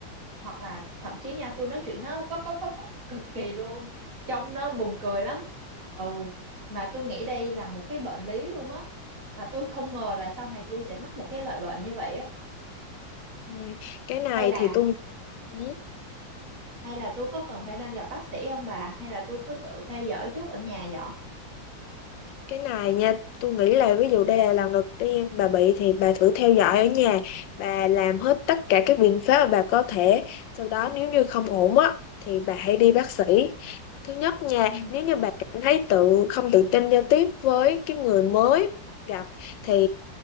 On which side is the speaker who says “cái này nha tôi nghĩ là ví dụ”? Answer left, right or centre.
Left